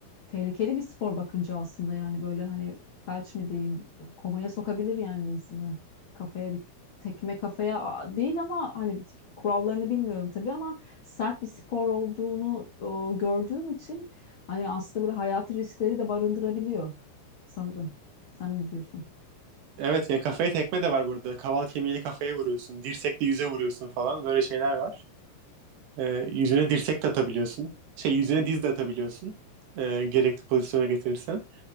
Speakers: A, on the left (about 85°); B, on the right (about 65°).
A: tehlikeli bir spor bakınca aslında yani böyle hani felç mi diyeyim komaya sokabilir yani insanı kafaya bir tekme kafaya a- değil ama hani kurallarını bilmiyorum tabii ama sert bir spor olduğunu o, gördüğüm için hani aslında böyle hayati riskleri de barındırabiliyor sanırım. Sen ne diyorsun?
B: evet ya kafaya tekme de var burada. Kaval kemiğiyle kafaya vuruyorsun, dirsekle yüze vuruyorsun falan böyle şeyler var. E, yüzüne dirsek de atabiliyorsun. Şey yüzüne diz de atabiliyorsun. E, gerekli pozisyona getirirsen.